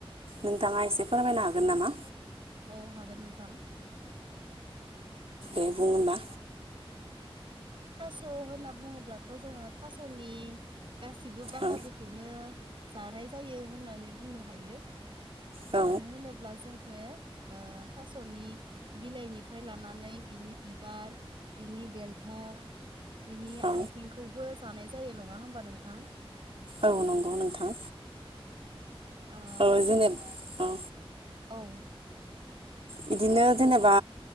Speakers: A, on the right (about 75°); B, on the right (about 55°).
A: नोंथाङा एसे फोरमायनो हागोन नामा?
B: औ हागोन नोंथां
A: बुङोबा
B: थास' होनना बुङोब्लाथ' जोङो थास'नि गाससिबो बाहागोखौनो
A: औ
B: जानाय जायो होननानै बुंनो हायो
A: औ
B: मानो होनोब्ला जोङो थास'नि बिलाइनिफ्राय लानानै बिनि बिबार बिनि देन्था बिनि
A: औ
B: आथिंखौबो जानाय जायो नङा हबा नोंथां
A: औ नंगौ नोंथां
B: ओ
A: औ जेनेबा औ
B: औ
A: बिदिनो जेनेबा